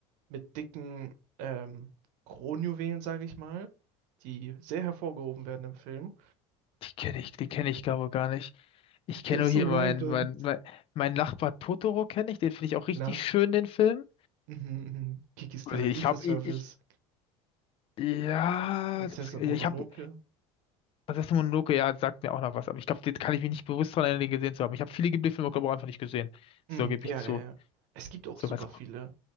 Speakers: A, on the right (about 70°); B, on the left (about 45°).
A: mit dicken ähm, Kronjuwelen, sage ich mal, die sehr hervorgehoben werden im Film.
B: Die kenne ich, die kenne ich gar wohl gar nicht. Ich kenne
A: Der ist
B: nur
A: so
B: hier
A: random.
B: meinen, mein, mein, mein Nachbar Totoro kenne ich. Den finde ich auch
A: Klar.
B: richtig schön, den Film.
A: Mhm, mhm. Kikis
B: Und
A: kleiner
B: Ich
A: Lieferservice,
B: habe, ich, ich, ja,
A: Prinzessin
B: das, ich
A: Mononoke.
B: habe, Prinzessin Mononoke, ja, sagt mir auch noch was. Aber ich glaube, den kann ich mich nicht bewusst daran erinnern, den gesehen zu haben. Ich habe viele Ghibli-Filme, glaube ich, auch einfach nicht gesehen.
A: Mhm,
B: So gebe
A: ja,
B: ich zu.
A: ja, ja. Es gibt auch
B: Soweit
A: super
B: auch.
A: viele.